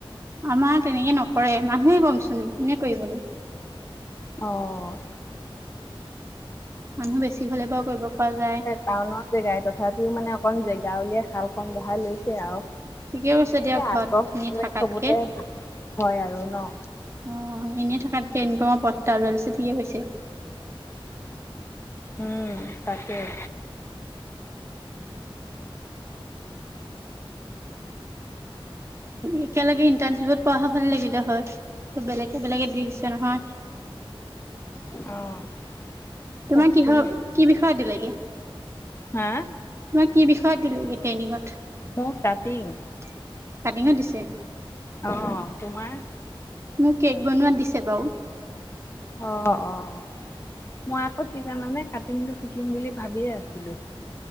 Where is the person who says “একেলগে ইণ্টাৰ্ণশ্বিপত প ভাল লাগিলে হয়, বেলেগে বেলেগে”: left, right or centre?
Right